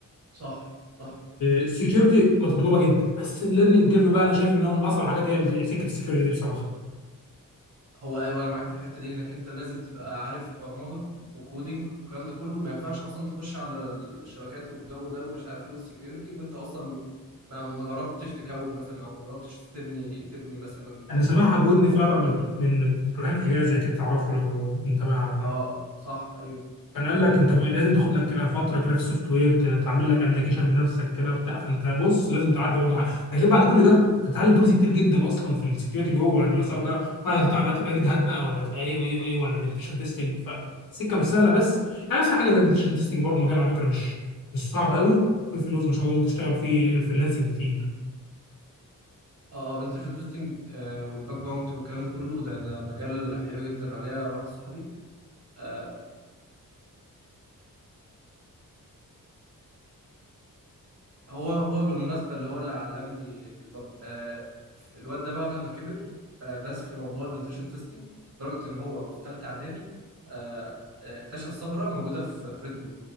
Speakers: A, on the right (about 45°); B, on the left (about 80°).
A: صح صح
B: السكيورتي مطلوبه جدا بس الليرنينج كيرف بقى انا شايف ان هو من اصعب الحاجات هي ال- سكه السكيورتي دي بصراحه
A: هو ايوه انا معاك في الحته دي انك انت لازم تبقى عارف برمجه وكودينج والكلام ده كله ما ينفعش اصلا تخش على الشبكات والجو ده ومش عارف ايه والسكيورتي وانت اصلا ما ما جربتش تكود مثلا او ما جربتش تبني تبني مثلا
B: انا سامعها بودني
A: آه،
B: فعلا
A: ويب
B: من من ابراهيم حجازي اكيد تعرفه لو متابع
A: اه صح ايوه
B: كان قال لك انت لازم تاخد لك كده فتره كده في السوفت وير ت- تعمل لك ابلكيشن بنفسك كده بتاع فانت بص لازم تعدي برضه حاجه ده غير بعد كل ده انت بتتعلم تولز كتير جدا اصلا في السكيورتي جوه يعني سواء بقى ولا هتبقى بقى تبقى ريد هات بقى ولا تبقى ايه وايه وايه ولا بنتشن تيستنج فسكه مش سهله بس يعني اصلا حاجه زي بنتشن تيستنج برضه مجال على فكره مش مش صعب قوي في فلوس ما شاء الله ممكن تشتغل فيه فريلانسنج كتير
A: اه بنتشن تيستنج والباك باونت والكلام ده كله ده ده مجال حلو جدا عليا واحد صاحبي آه هو هو بالمناسبة اللي هو اللي علمني الباك. آه الواد ده بعد ما كبر آه داس في موضوع البنتشن تيستنج لدرجة ان هو في ثالثة اعدادي آه آه، اكتشف ثغرة موجودة في في ريد بول